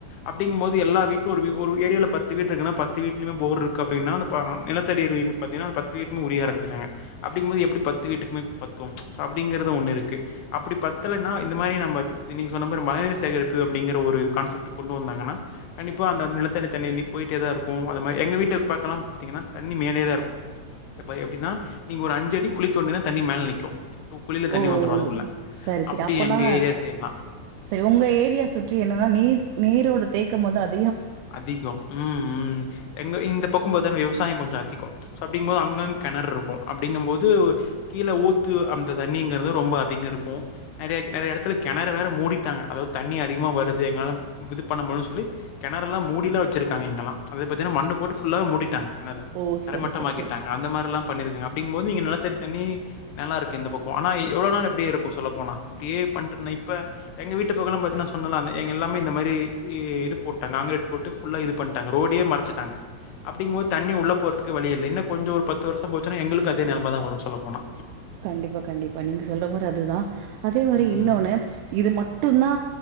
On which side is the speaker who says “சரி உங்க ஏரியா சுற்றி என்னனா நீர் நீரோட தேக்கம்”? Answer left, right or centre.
Right